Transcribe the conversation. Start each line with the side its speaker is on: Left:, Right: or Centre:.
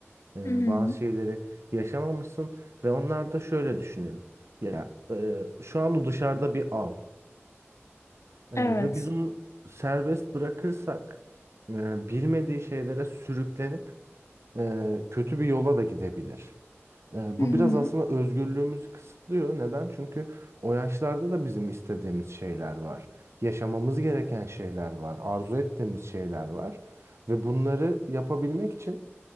Right: Eee,
Left: Hı hı.
Right: bazı şeyleri yaşamamışsın ve onlar da şöyle düşünüyor. Ya eee, şu an o dışarıda bir av Eee,
Left: Evet.
Right: ve biz onu serbest bırakırsak eee, bilmediği şeylere sürüklenip eee, kötü bir yola da gidebilir. E,
Left: Hı
Right: Bu
Left: hı.
Right: biraz aslında özgürlüğümüzü kısıtlıyor. Neden? Çünkü o yaşlarda da bizim istediğimiz şeyler var. Yaşamamız gereken şeyler var. Arzu ettiğimiz şeyler var. Ve bunları yapabilmek için